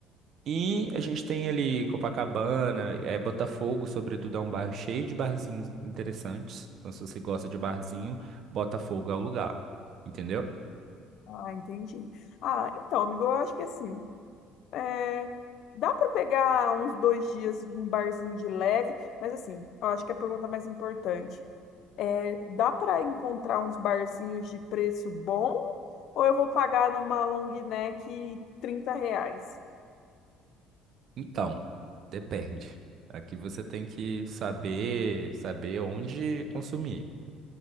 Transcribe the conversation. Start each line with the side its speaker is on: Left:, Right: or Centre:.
Right: E a gente tem ali Copacabana, é, Botafogo, sobretudo, é um bairro cheio de barzinhos interessantes. Então, se você gosta de barzinho, Botafogo é o lugar. Entendeu?
Left: Ah, entendi. Ah, então, amigo, eu acho que assim. É, dá para pegar uns dois dias num barzinho de leve, mas assim, eu acho que é a pergunta mais importante é, dá para encontrar uns barzinhos de preço bom ou eu vou pagar numa long neck 30 reais?
Right: Então, depende. Aqui você tem que saber, saber onde consumir.